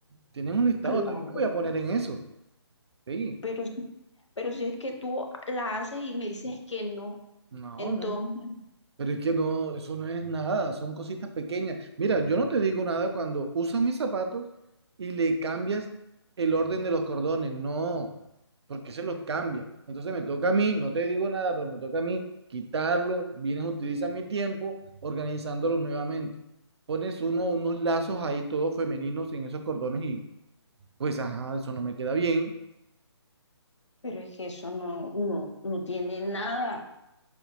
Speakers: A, on the right (about 65°); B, on the left (about 85°).
A: Tienen un listado,
B: Claro,
A: también me voy a poner en eso. Sí,
B: pero, si- pero si es que tú la haces y me dices que no,
A: no,
B: entonces,
A: no, no. pero es que no, eso no es nada, son cositas pequeñas. Mira, yo no te digo nada cuando usas mis zapatos y le cambias el orden de los cordones, no, porque se los cambia. Entonces me toca a mí, no te digo nada, pero me toca a mí quitarlo, vienes, utilizas mi tiempo organizándolos nuevamente. Pones uno, unos lazos ahí todos femeninos en esos cordones y pues, ajá, eso no me queda bien,
B: pero es que eso no, no, no tiene nada.